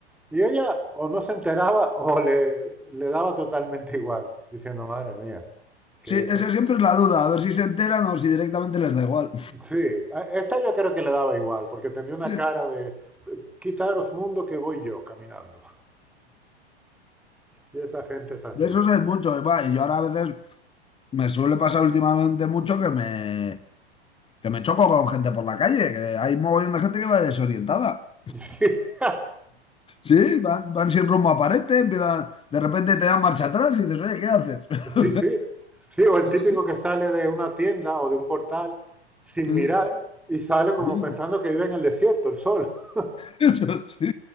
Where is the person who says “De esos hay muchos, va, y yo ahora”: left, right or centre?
Left